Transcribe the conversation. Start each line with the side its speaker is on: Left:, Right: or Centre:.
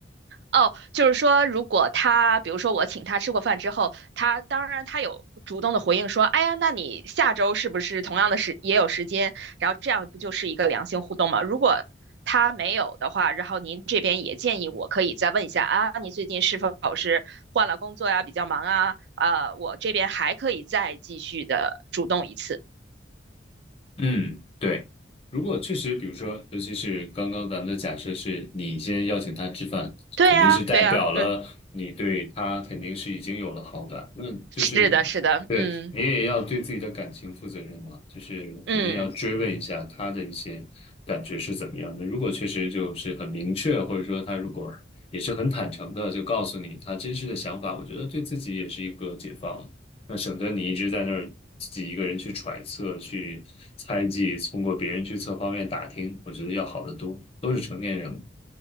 Right: 哦，就是说，如果他，比如说我请他吃过饭之后，他当然他有主动的回应说，哎呀，那你下周是不是同样的时也有时间？然后这样不就是一个良性互动吗？如果他没有的话，然后您这边也建议我可以再问一下啊，你最近是否是换了工作呀，比较忙啊？啊，我这边还可以再继续的主动一次。
Left: 嗯，对。如果确实，比如说，尤其是刚刚咱们的假设是你先邀请他吃饭，
Right: 对呀，
Left: 肯定是代表了你对他肯定是已经有了好感。
Right: 对呀，嗯，
Left: 那就是
Right: 是的，是的，
Left: 对你也要对自己的感情负责任嘛，
Right: 嗯
Left: 就是肯定要追问一下他的一些感觉是怎么样的。
Right: 嗯。
Left: 如果确实就是很明确，或者说他如果也是很坦诚的，就告诉你他真实的想法，我觉得对自己也是一个解放。那省得你一直在那儿自己一个人去揣测、去猜忌，通过别人去侧方面打听，我觉得要好得多。都是成年人了，